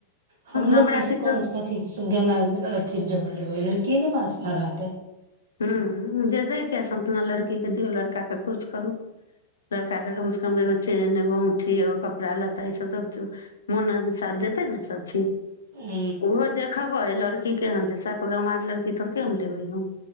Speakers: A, on the right (about 60°); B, on the left (about 70°).
A: हमलोग
B: हमरा
A: कि
B: किछो
A: कोन कथि गनाथिी जर ल की के पास न रहतै
B: हूँ जे दैके से अपना लड़कीके दियऔ लड़काके खुश करू लड़काके कम से कम एगो चेन एगो औठी एगो कपड़ा लत्ता ई सब मोनसार देतै ने सब चीज
A: ह
B: ओहो देखबै लड़की केहन छै साफ गामार लड़की थोड़केे हम लेबे हम